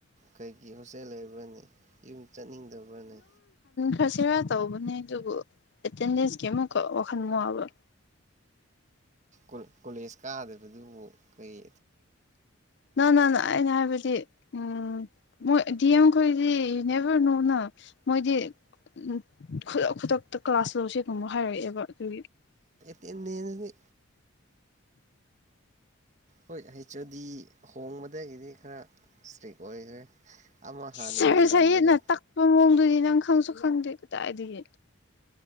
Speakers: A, on the right; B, on the left.
A: ꯀꯩꯒꯤ ꯍꯣꯁꯇꯦꯜ ꯂꯩꯕ꯭ꯔꯅꯤ ꯆꯠꯅꯤꯡꯗꯕꯅꯦ
B: ꯈꯔꯁꯤꯔꯥ ꯇꯧꯕꯅꯦ ꯑꯗꯨꯕꯨ ꯑꯦꯇꯦꯟꯗꯦꯟꯁꯀꯤ ꯑꯃꯨꯛꯀ ꯋꯥꯈꯜ ꯃꯣꯕ
A: ꯑ ꯀꯣꯂꯦꯖ ꯀꯥꯗꯕꯗꯨꯕꯨ ꯀꯔꯤ
B: ꯅ ꯅ ꯅ ꯑꯩꯅ ꯍꯥꯏꯕꯗꯤ ꯎꯝ ꯃꯣꯏ ꯗꯤ ꯑꯦꯝꯈꯣꯏꯗꯤ ꯅꯦꯚꯔꯅꯣꯅ ꯃꯣꯏꯗꯤ ꯎ ꯈꯨꯗꯛ ꯈꯨꯗꯛꯇ ꯀ꯭ꯂꯥꯁ ꯂꯧꯁꯦꯒꯨꯝꯕ ꯍꯥꯏꯔꯛꯑꯦꯕ ꯎ
A: ꯀ ꯅꯩꯅꯅꯗꯤ ꯍꯣꯏ ꯍꯩꯆ ꯑꯣ ꯗꯤ ꯍꯣꯡꯕꯗꯒꯤꯗꯤ ꯈꯔ ꯏꯁꯇ꯭ꯔꯤꯛ ꯑꯣꯏꯈ꯭ꯔꯦ ꯑꯃ ꯍꯥꯟꯅ
B: ꯁꯔ
A: ꯂꯩꯔꯝꯕꯗꯣ
B: ꯁꯌꯦꯠꯅ ꯇꯛꯄ ꯃꯑꯣꯡꯗꯨꯗꯤ ꯅꯪ ꯈꯪꯁꯨ ꯈꯪꯗꯦ ꯀꯗꯥꯏꯗ ꯍ